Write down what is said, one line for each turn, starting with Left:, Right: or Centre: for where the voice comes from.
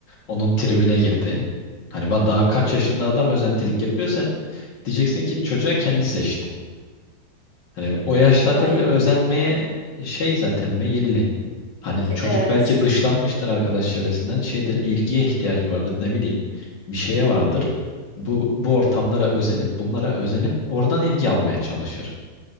Left: Onun tribüne girdi. Hani va- daha kaç yaşında adam özentilik yapıyor Diyeceksin ki çocuğa kendi seçti. Hani o yaşlarda
Right: İşte aynı.
Left: bile özenmeye şey zaten meyilli. Hani
Right: Ke-
Left: çocuk
Right: evet.
Left: belki dışlanmıştır arkadaş çevresinden. Şeydir, ilgiye ihtiyacı vardır, ne bileyim. Bir şeye vardır. Bu bu ortamlara özenip, bunlara özenip oradan ilgi almaya çalışır.